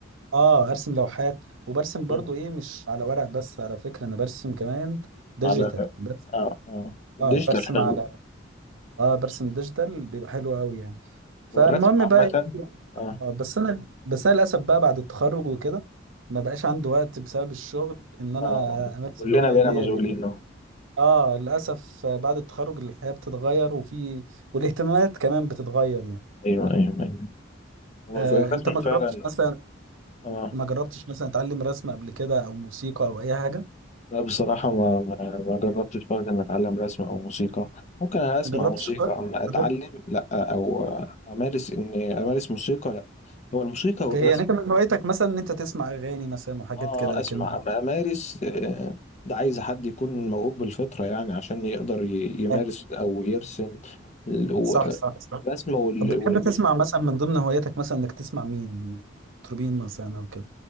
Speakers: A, on the right; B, on the left.
A: اه ارسم لوحات وبرسم برضه
B: آه.
A: ايه مش على ورق بس على فكره انا برسم كمان ديجيتال
B: على
A: بس
B: اه اه الديجيتال
A: اه مم. برسم
B: حلو
A: على اه برسم ديجيتال بيبقى حلو قوي يعني فالمهم
B: هو الرسم عامة
A: بقى إيه،
B: اه
A: آه بس انا بس انا للاسف بقى بعد التخرج وكده ما بقاش عندي وقت بسبب الشغل ان انا
B: اه أه.
A: امارس
B: كلنا
A: الهوايه
B: بقينا
A: ديت
B: مشغولين آه.
A: اه للاسف بعد التخرج الحياه بتتغير وفي والاهتمامات كمان بتتغير يعني
B: ايوه ايوه ايوه هو
A: آه
B: في الرسم
A: انت ما
B: فعلا
A: جربتش مثلا
B: اه
A: ما جربتش مثلا تعلم رسم قبل كده او موسيقى او اي حاجه
B: لا بصراحة ما ما ما جربتش برضه إن أتعلم رسم أو موسيقى ممكن أنا أسمع
A: ما جربتش
B: موسيقى
A: خالص
B: أما
A: <laughs>
B: أتعلم
A: عندك-
B: لأ أو أمارس إني أمارس موسيقى لأ هو الموسيقى والرسم
A: اوكي، يعني انت من هوايتك مثلا ان انت تسمع اغاني مثلا وحاجات
B: آه
A: كده لكن
B: أسمع أما أمارس آه، ده عايز حد يكون موهوب بالفطرة يعني عشان يقدر ي- يمارس
A: آه
B: أو يرسم ال- و-
A: صح صح صح
B: الرسم وال...
A: طب بتحب
B: وال...
A: تسمع مثلا من ضمن هواياتك مثلا انك تسمع مين من مطربين مثلا او كده